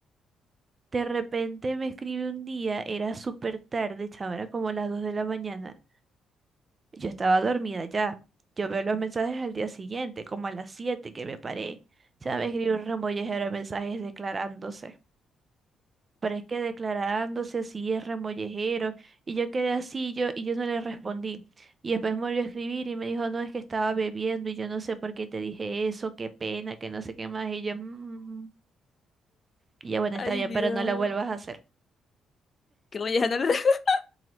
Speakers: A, on the right; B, on the left.
A: de repente me escribe un día, era súper tarde, chama, era como las 2 de la mañana. Yo estaba dormida ya. Yo veo los mensajes al día siguiente, como a las 7 que me paré. Ya me escribió un remollejero de mensajes declarándose. pero es que declarándose si es remollejero, y yo quedé así yo, y yo no le respondí. Y después me volvió a escribir y me dijo, no, es que estaba bebiendo y yo no sé por qué te dije eso, qué pena, que no sé qué más, y yo, "Mm". y ya bueno,
B: Ay,
A: está bien,
B: Dios.
A: pero no la vuelvas a hacer.
B: Que voy a ganar. <laughs>